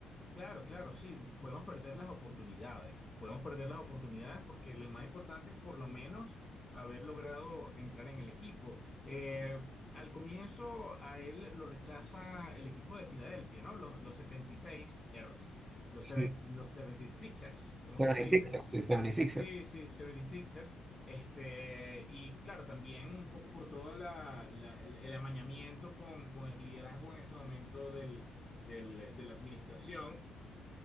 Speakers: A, on the left; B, on the right.
A: claro, claro, sí, podemos perder las oportunidades. Podemos perder las oportunidades porque lo más importante es por lo menos haber logrado entrar en el equipo. Eh, al comienzo, a él lo rechaza el equipo de Filadelfia, ¿no? Los, los 76ers, los,
B: Sí.
A: 70 los 76ers, ¿cómo
B: 76er,
A: es que se dice?
B: sí, 76er.
A: Sí, sí, 76ers. Este, y claro, también un poco por todo la, la- el, el amañamiento con, con el liderazgo en ese momento del, del- de la administración.